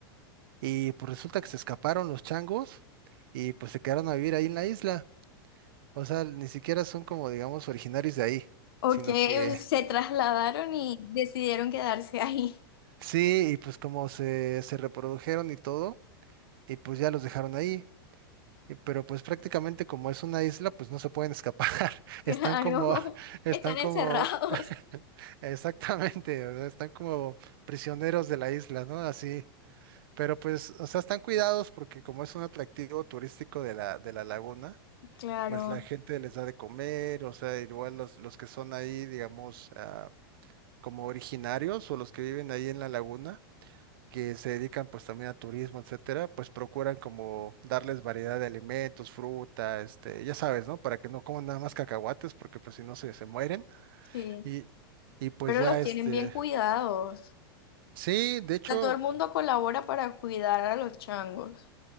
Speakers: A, on the right (about 65°); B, on the left (about 75°).
A: Y pues resulta que se escaparon los changos y pues se quedaron a vivir ahí en la isla. O sea, ni siquiera son como, digamos, originarios de ahí,
B: Ok,
A: sino que
B: se trasladaron y decidieron quedarse ahí. <laughs>
A: <laughs> sí, y pues como se, se reprodujeron y todo, y pues ya los dejaron ahí. Y- Pero pues prácticamente como es una isla, pues no se pueden escapar. <laughs>
B: Claro,
A: Están como, están
B: están
A: como,
B: encerrados.
A: <laughs> exactamente, o sea, están como prisioneros de la isla, ¿no? Así. Pero pues, o sea, están cuidados porque como es un atractivo turístico de la, de la laguna.
B: Claro,
A: pues la gente les da de comer, o sea, igual los, los que son ahí, digamos, ah, como originarios o los que viven ahí en la laguna, que se dedican pues también a turismo, etcétera, pues procuran como darles variedad de alimentos, fruta, este, ya sabes, ¿no? Para que no coman nada más cacahuates, porque pues si no se, se mueren.
B: sí.
A: Y, y pues
B: Pero
A: ya,
B: los
A: este,
B: tienen bien cuidados.
A: sí, de hecho.
B: O sea, todo el mundo colabora para cuidar a los changos.